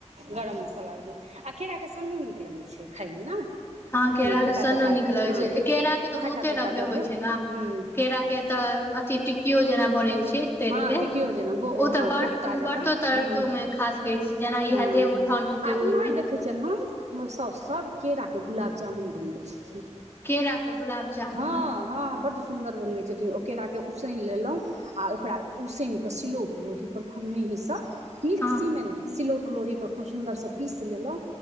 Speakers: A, on the right; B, on the left.
A: गरम मसाला आ केराके सन्नो नीक लगै छै खाइमे ने
B: हँ
A: ओहिमे
B: केरा के
A: खट्टा
B: सन्नो
A: तट्टा
B: नीक लगे
A: हँ
B: छै केरा के तऽ बहुते
A: खट्टा तट्टा
B: रंग के
A: दऽ
B: होइ
A: दियौ
B: छै ने
A: हूँ
B: केरा के तऽ अथि टिकियो जेना बड़े छि तर
A: हँ
B: के
A: टिकियो जेना गो
B: ओ तऽ
A: हँ
B: बरत
A: कोफ्ता
B: बरतो
A: जकाँ
B: तरतो
A: हूँ
B: मे खा सकै छी जेना इएह
A: हँ
B: देव उठान हेतै
A: आ
B: ओहिमे
A: इम्हर देखैत छियनि हम हमर साउसु सभ केरा के के गुलाब जामुन बनबै छथिन
B: केरा के गुलाब जामुन
A: हँ हँ बड सुन्दर बनबै छतिन ओ केरा के के उसनि लेलहुँ आओ ओकरा उसनि कऽ सिलौट लोढ़ीपर खूब मेहीसँ मीक्सीमे
B: हँ
A: नहि सिलौटिलौढ़ी पर खूब सुन्दरसँ पीसि लेलहुँ